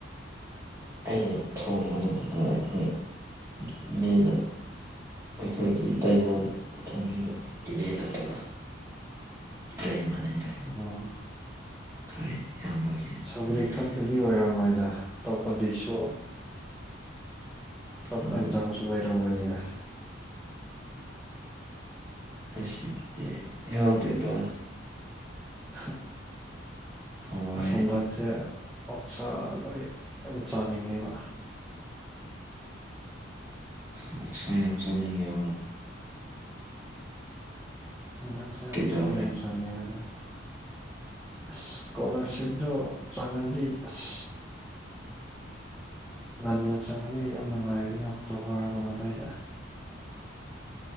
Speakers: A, on the right; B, in the centre.
A: ꯑꯩꯅ ꯊꯣꯡꯕ ꯅꯠꯇꯦꯗ ꯑꯩꯈꯣꯏ ꯏꯅꯦꯅ ꯑꯩꯈꯣꯏꯒꯤ ꯏꯇꯩꯩꯃꯥꯅ ꯊꯣꯡꯕꯤꯕ ꯏꯅꯦ ꯅꯠꯇꯕ ꯏꯇꯩꯃꯅꯦꯗ
B: ꯑꫭ
A: ꯈꫭꯏ ꯏꯌꯥꯝꯕꯒꯤ
B: ꯁꯧꯒ꯭ꯔꯤ
A: ꯅꯨꯄꯤꯅꯦꯕ
B: ꯈꯛꯇꯗꯤ ꯑꯣꯏꯔꯝꯃꯣꯏꯗ ꯑꯇꯣꯞꯄ ꯗꯤꯁꯁꯨ ꯑꯇꯣꯞꯄ
A: ꯑꯥ
B: ꯏꯟꯖꯥꯡꯁꯨ ꯂꯩꯔꯝꯒꯅꯤꯅ
A: ꯉꯁꯤꯗꯤ ꯌꯥꯎꯗꯦꯗ
B: <unintelligible>
A: ꯍꯋꯥꯏ
B: ꯑꯁ ꯍꯟꯗꯛꯁꯦ ꯑꯣꯛꯁꯥꯗꫭ ꯌꯥꯝ ꯆꯥꯅꯤꯡꯉꯦꯕ
A: ꯑꫭꯛꯁꯥ ꯌꯥꯝ ꯆꯥꯅꯤꯡꯉꯦꯕ
B: ꯍꯟꯗꯛꯁꯦ ꯑꫭꯛꯁꯥ
A: ꯀꯩꯗꯧꯔꯦ
B: ꯌꯥꯝ ꯆꯥꯅꯤꯡꯕꯅꯤ ꯑꯁ ꯁ꯭ꯀꯣꯂꯥꯔꯁꯤꯞꯇꯣ ꯆꯪꯉꯗꯤ ꯑꯁ ꯉꯟꯅ ꯆꯪꯉꯗꯤ ꯌꯥꯝ ꯅꯨꯡꯉꯥꯏꯔꯅꯤ ꯑꯣꯛꯇꯣꯕꯔꯒꯨꯝꯕ ꯑꯗꯥꯏꯗ